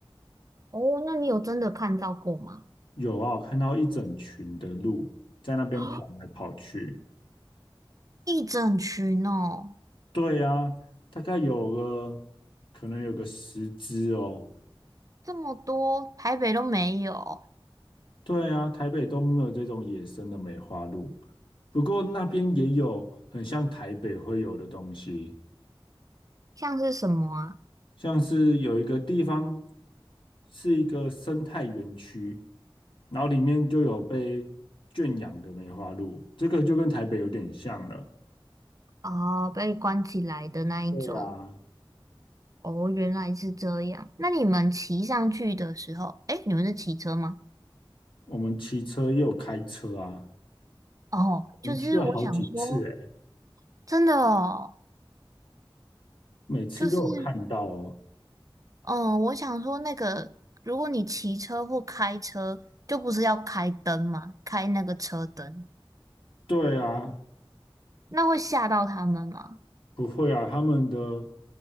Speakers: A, on the right; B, on the left.
A: 哦，那你有真的看到过吗？
B: 有啊，我看到一整群的鹿在那边跑来跑去。
A: <gasps> 啊，一整群哦，
B: 对呀，大概有个可能有个十只哦。
A: 这么多，台北都没有，
B: 对啊，台北都没有这种野生的梅花鹿，不过那边也有很像台北会有的东西，
A: 像是什么啊？
B: 像是有一个地方是一个生态园区，然后里面就有被圈养的梅花鹿，这个就跟台北有点像了。
A: 啊，被关起来的那一种。
B: 对啊，
A: 哦，原来是这样。那你们骑上去的时候，诶，你们是骑车吗？
B: 我们骑车又有开车啊，
A: 哦，
B: 我们去了好几次诶，
A: 就是我想说，真的哦，
B: 每次都有看到哦。
A: 就是。嗯，我想说那个，如果你骑车或开车，就不是要开灯嘛，开那个车灯，
B: 对啊，
A: 那会吓到他们吗？
B: 不会啊，他们的